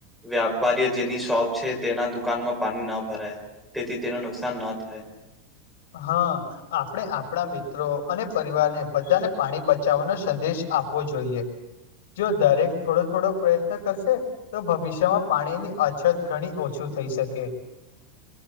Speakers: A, in the centre; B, on the left.
A: વ્યાપારી જેની શોપ છે તેના દુકાનમાં પાણી ના ભરાય. તેથી તેનું નુકસાન ન થાય.
B: હા. આપણે આપણા મિત્રો અને પરિવારને બધાને પાણી બચાવવાનો સંદેશ આપવો જોઈએ. જો દરેક થોડો થોડો પ્રયત્ન કરશે. તો ભવિષ્યમાં પાણીની અછત ઘણી ઓછું થઈ શકે.